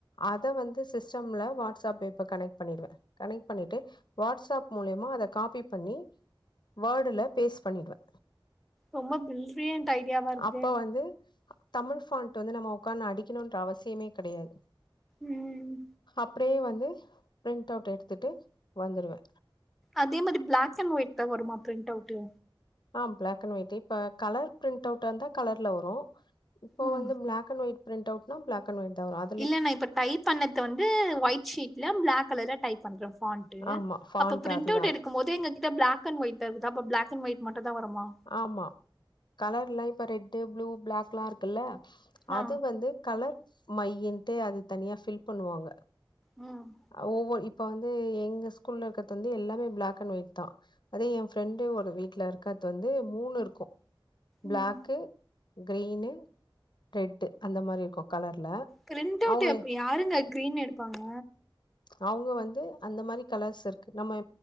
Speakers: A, on the left (about 55°); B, in the centre.
A: அத வந்து சிஸ்டம்ல வாடஸ்ஆப் வெப்ப கனெக்ட் பண்ணிடுவே கனெக்ட் பண்ணிட்டு வாட்ஸ்அப் மூலியமா அத காப்பி பண்ணி வேர்டுல பேஸ்ட் பண்ணிடுவே
B: ரொம்போ பிரில்லியன்ட் ஐடியாவா இருக்குதே
A: அப்ப வந்து தமிழ்ஃபாண்ட் வந்து நம்ம உட்காந் அடிக்கணுன்ற அவசியமே கிடையாது
B: ம்
A: அப்டியே வந்து பிரிண்ட் அவுட் எடுத்துட்டு வந்துருவே
B: அதே மாரி பிளாக் அண்ட் ஒயிட் தா வருமா பிரிண்ட் அவுட்டு
A: ஆ பிளாக் அண்ட் ஒயிட் இப்ப கலர் பிரிண்ட் அவுட்டா இருந்தா கலர்ல வரு இப்போ
B: ம்
A: வந்து பிளாக் அண்ட் ஒயிட் பிரிண்ட் அவுட்னா ப்ளாக் கன் ஒயிட் தா வரு அ
B: இல்ல நா இப்ப டைப் பண்ணது வந்து ஒயிட் ஷீட்ல பிளாக் கலர்ல டைப் பண்றே ஃபாண்ட் டு
A: ஆமா ஃபாண்ட்
B: அப்ப பிரிண்ட்
A: அதுதா
B: அவுட்
A: வரு.
B: எடுக்கம் போது எங்க கிட்ட பிளாக் அண்ட் ஒய்ட் ஆகுது அப்ப பிளாக் அண்ட் ஒயிட் மட்டு தா வருமா
A: ஆமா கலர்ல்லா இப்ப ரெட்டு ப்ளூ பிளாக்லா இருக்குல்ல
B: ஆ
A: அது வந்து கலர் மையின்ட்டு அது தனியா ஃபில் பண்ணுவாங்க
B: ம்
A: அ ஒவ்வொன் இப்ப வந்து எங்க ஸ்கூல்ல இருக்கறது வந்து எல்லாமே பிளாக் அண்ட் ஒயிட் தா அதே எ ஃப்ரெண்டு ஒரு வீட்ல இருக்கர்து வந்து மூணு இருக்கு பிளாக்கு
B: ம்
A: கிரீனு ரெட்டு அந்த மாரி இருக்கு கலர்ல
B: பிரிண்ட் அவுட்டு
A: அவங்க
B: அப்ப யாருங்க கிரீன் எடுப்பாங்க
A: அவுங்க வந்து அந்த மாரி கலர்ஸ் இருக்கு நம்ம